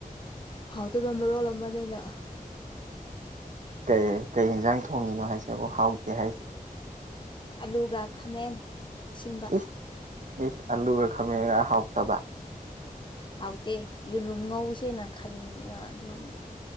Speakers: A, on the left; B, on the right.
A: ꯍꯥꯎꯇꯒ ꯃꯔꯣꯜ ꯑꯃꯅꯦꯗ
B: ꯀꯩ ꯀꯩ ꯌꯦꯟꯖꯥꯡ ꯊꯣꯡꯉꯤꯅꯣ ꯍꯥꯏꯁꯦꯕꯣ ꯍꯥꯎꯇꯦ ꯍꯥꯏꯁꯤꯕꯣ
A: ꯑꯂꯨꯒ ꯈꯥꯃꯦꯟ ꯑꯁꯤꯟꯕ
B: ꯏꯁ ꯏꯁ ꯑꯂꯨꯒ ꯈꯥꯃꯦꯟꯒ ꯍꯥꯎꯇꯕ
A: ꯍꯥꯎꯇꯦ ꯌꯦꯔꯨꯝ ꯉꯧꯁꯦꯅ ꯈꯟꯒ ꯑꯗꯨꯝ